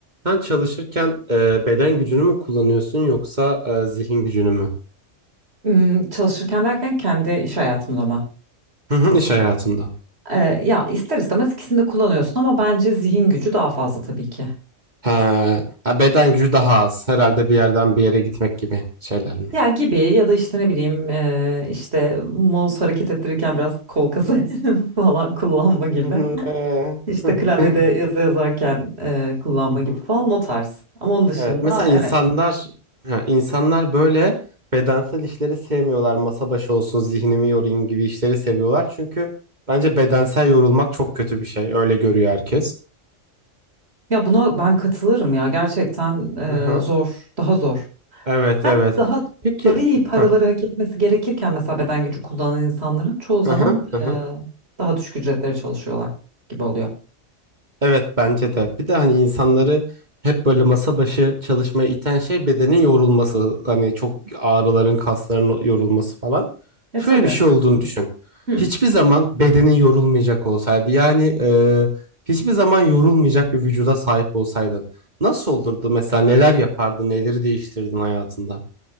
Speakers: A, on the right (about 35°); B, on the right (about 55°).
A: Sen çalışırken e, beden gücünü mü kullanıyorsun yoksa e, zihin gücünü mü?
B: Hmm, çalışırken derken kendi iş hayatımda mı?
A: Hı hı, iş hayatında.
B: Ee, ya ister istemez ikisini de kullanıyorsun ama bence zihin gücü daha fazla tabii ki.
A: Ha, ha, beden gücü daha az. Herhalde bir yerden bir yere gitmek gibi şeyler mi?
B: Ya gibi ya da işte ne bileyim ee, işte mouse hareket ettirirken biraz kol kası <laughs> falan kullanma gibi.
A: Hı hı, e,
B: İşte
A: hı
B: klavyede
A: hı,
B: yazı
A: <laughs>
B: yazarken ee, kullanma
A: hı hı.
B: gibi falan o tarz. Ama onun dışında
A: Evet, mesela insanlar
B: evet.
A: ha, insanlar böyle bedensel işleri sevmiyorlar. Masa başı olsun, zihnimi yorayım gibi işleri seviyorlar. Çünkü bence bedensel yorulmak çok kötü bir şey. Öyle görüyor herkes.
B: Ya buna ben katılırım ya gerçekten
A: Hı hı.
B: ee, zor daha zor.
A: Evet,
B: Ben
A: evet.
B: daha
A: Peki.
B: daha iyi paraları
A: Hı
B: hak etmesi gerekirken mesela beden gücü kullanan insanların çoğu zaman
A: hı, hı
B: e,
A: hı.
B: daha düşük ücretlere çalışıyorlar gibi oluyor.
A: Evet bence de. Bir de hani insanları hep böyle masa başı çalışmaya iten şey bedenin yorulması. Hani çok ağrıların, kasların yorulması falan.
B: E
A: Şöyle
B: tabii.
A: bir şey olduğunu düşün.
B: Hı.
A: Hiçbir zaman bedenin yorulmayacak olsaydı yani e, hiçbir zaman yorulmayacak bir vücuda sahip olsaydın. Nasıl olurdu mesela neler yapardın, neleri değiştirdin hayatında?